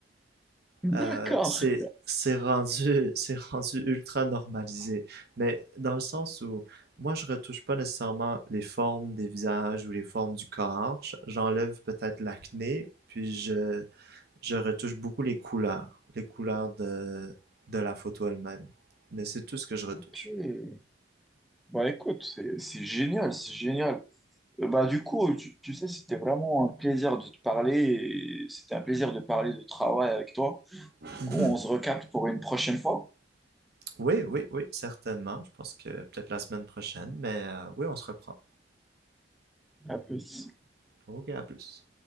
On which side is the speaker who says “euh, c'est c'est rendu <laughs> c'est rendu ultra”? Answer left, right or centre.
Right